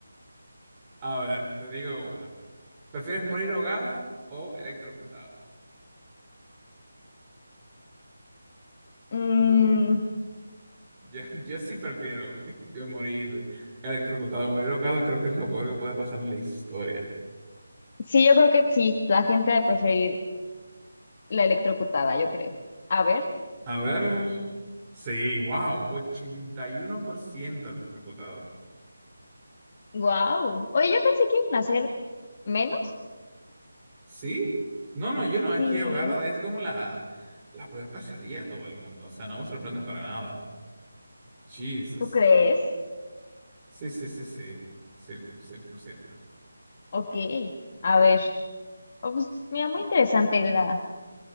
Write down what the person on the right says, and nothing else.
A ver, te digo una. ¿Prefieres morir ahogada o electrocutada?
Uh, Yo, yo sí prefiero yo morir electrocutado, morir ahogado, creo que es lo peor que puede pasar en la historia.
A ver, sí, wow, 81% electrocutado.
¿Sí? No, no, yo no, es
que ahogado es como la, la peor pesadilla de todo el mundo, o sea, no me sorprende para nada. Jesus.
Sí, sí, sí, sí, sí, cien por ciento